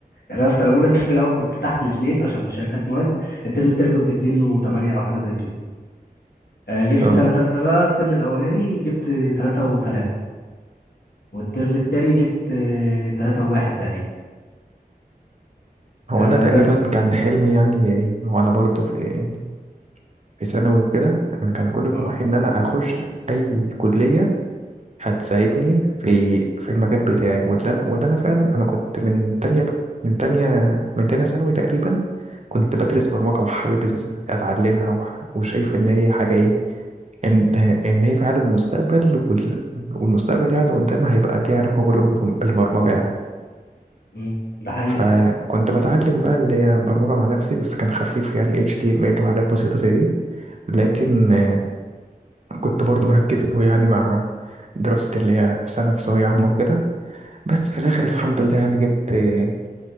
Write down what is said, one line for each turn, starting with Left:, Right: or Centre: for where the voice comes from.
Left: يعني انا في سنه اولى <laughs> الترم الاول كنت تحت الاثنين عشان كنت شايل ثلاث مواد الترم الثاني كنت 2 و8 او حاجه زي كده آه، جيت في
Right: اه
Left: سنه ثالثه بقى الترم الاولاني جبت 3 و3 والترم الثاني جبت 3 و1 تقريبا
Right: هو
Left: آه
Right: انا تقريبا
Left: بس
Right: كان حلمي يعني هو انا برضو في في ثانوي وكده انا كان كل
Left: آه.
Right: طموحي ان انا اخش اي كليه هتساعدني في في المجال بتاعي واللي انا واللي انا فعلا انا كنت من تانية من تانية من تانية ثانوي تقريبا كنت بدرس برمجة وحابب أس- اتعلمها وح- وشايف ان هي حاجة ايه ان ان هي فعلا المستقبل وال- والمستقبل يعني قدامها هيبقى ليه علاقة كله بالبرم- بالبرمجة يعني
Left: مم، ده حقيقي
Right: فكنت بتعلم بقى اللي هي برمجة مع نفسي بس كان خفيف يعني HTML وحاجات بسيطة زي دي لكن آه، كنت برضو مركز قوي يعني مع دراستي اللي هي في سنة في ثانوية عامة وكده بس في الاخر الحمد لله يعني جبت آه،